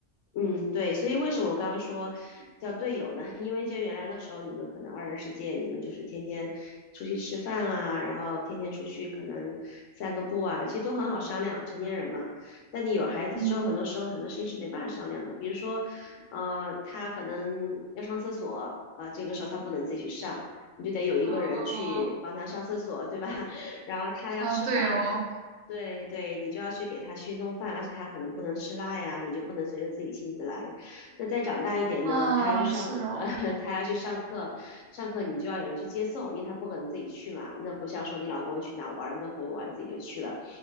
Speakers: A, on the left; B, on the right.
A: 嗯，对，所以为什么我刚刚说叫队友呢？<laughs> 因为像原来的时候，你们可能二人世界，你们就是天天出去吃饭啊，然后天天出去可能散个步啊，其实都很好商量，成年人嘛。但你有孩子之后，
B: 嗯，
A: 很多时候很多事情是没办法商量的，比如说，呃，他可能要上厕所啊，这个时候他不能自己去上，你就得有一个人去帮他上厕所，
B: 啊
A: 对吧？<laughs> 然后他要吃饭。
B: 啊，对哦，
A: 对对，你就要去给他去弄饭，而且他可能不能吃辣呀，你就不能随着自己性子来。那再长大一点呢，
B: 啊，
A: 他要去上，
B: 是哦，
A: <laughs> 呃，他要去上课，上课你就要有人去接送，因为他不可能自己去嘛。那不像说你老公去哪玩，跟朋友玩自己就去了，